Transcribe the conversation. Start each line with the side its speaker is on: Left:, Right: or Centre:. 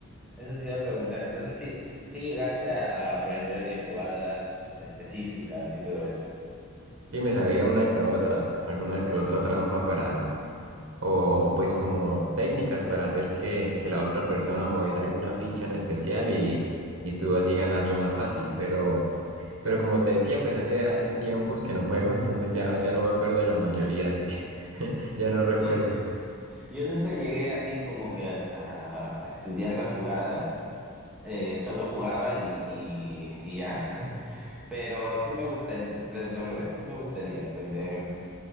Centre: eso te iba a preguntar. Entonces sí, sí llegaste a, a aprender de jugadas específicas y todo eso.
Right: Sí, me sabía una que otra, alguna que otra trampa para, o, o pues como técnicas para hacer que, que la otra persona moviera alguna ficha en especial y, y tú así ganarle más fácil. Pero, pero como te decía, pues hace, hace tiempos que no juego, entonces ya, ya no me acuerdo de la mayoría, así que <laughs> ya no recuerdo.
Centre: Sí, Yo nunca llegué así como que a, a- a estudiar las jugadas, eh, solo jugaba y, y- y ya, <laughs> pero sí me gustaría, la, la verdad que sí me gustaría aprender,